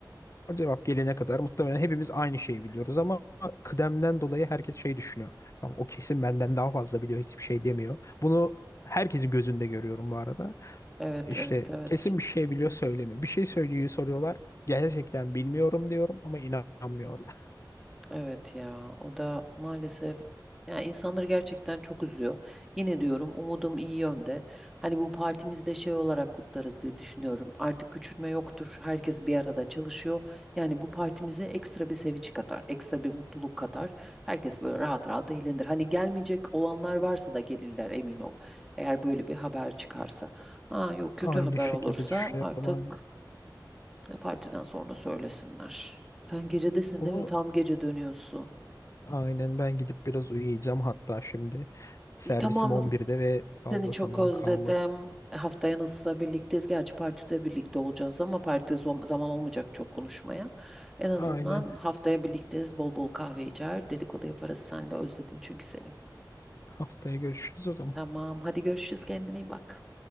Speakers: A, on the left (about 40°); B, in the centre.
A: O cevap gelene kadar muhtemelen hepimiz aynı şeyi biliyoruz ama kıdemden dolayı herkes şey düşünüyor. Tamam o kesin benden daha fazla biliyor hiçbir şey demiyor. Bunu herkesin gözünde görüyorum bu arada.
B: Evet,
A: İşte
B: evet, evet.
A: kesin bir şey biliyor söylemiyor. Bir şey söylüyor soruyorlar. Gerçekten bilmiyorum diyorum ama inanmıyorlar.
B: Evet ya. O da maalesef ya insanları gerçekten çok üzüyor. Yine diyorum umudum iyi yönde. Hani bu partimizde şey olarak kutlarız diye düşünüyorum. Artık küçülme yoktur. Herkes bir arada çalışıyor. Yani bu partimize ekstra bir sevinç katar, ekstra bir mutluluk katar. Herkes böyle rahat rahat eğlenir. Hani gelmeyecek olanlar varsa da gelirler emin ol. Eğer böyle bir haber çıkarsa. Ha yok kötü
A: Aynı
B: haber
A: şekilde
B: olursa
A: düşünüyorum
B: artık
A: aynen.
B: Ya partiden sonra söylesinler. Sen gecedesin
A: Onu
B: değil mi? Tam gece dönüyorsun.
A: aynen ben gidip biraz uyuyacağım hatta şimdi. Servisim
B: İyi tamam.
A: on birde ve fazla
B: Seni çok
A: zaman
B: özledim.
A: kalmadı.
B: E, Haftaya nasılsa birlikteyiz. Gerçi partide birlikte olacağız ama partide zom- zaman olmayacak çok konuşmaya. En azından
A: Aynen.
B: haftaya birlikteyiz. Bol bol kahve içer. Dedikodu yaparız seninle. Özledim çünkü seni.
A: Haftaya görüşürüz o zaman.
B: Tamam. Hadi görüşürüz. Kendine iyi bak.